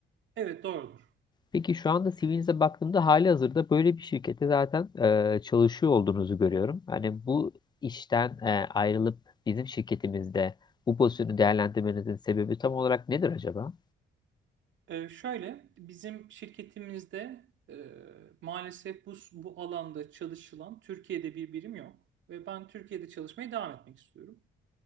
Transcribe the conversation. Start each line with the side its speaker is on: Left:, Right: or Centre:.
Right: Evet doğrudur.
Left: Peki şu anda CV'nize baktığımda hali hazırda böyle bir şirkette zaten e, çalışıyor olduğunuzu görüyorum. Hani bu işten e, ayrılıp bizim şirketimizde bu pozisyonu değerlendirmenizin sebebi tam olarak nedir acaba?
Right: Ee, şöyle bizim şirketimizde e, maalesef bu, bu alanda çalışılan Türkiye'de bir birim yok. Ve ben Türkiye'de çalışmaya devam etmek istiyorum.